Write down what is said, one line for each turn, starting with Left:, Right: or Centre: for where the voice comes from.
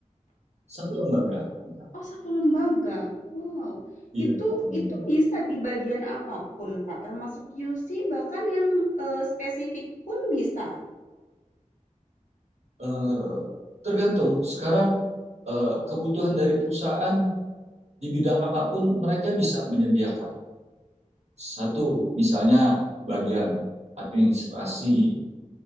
Right: satu lembaga kita
Left: Oh, satu lembaga? Wow.
Right: iya
Left: Itu
Right: satu lembaga
Left: itu bisa di bagian apapun, Pak, termasuk QC bahkan yang, eee, spesifik pun bisa?
Right: eh, tergantung sekarang eh, kebutuhan dari perusahaan di bidang apapun mereka bisa menyediakan satu misalnya bagian administrasi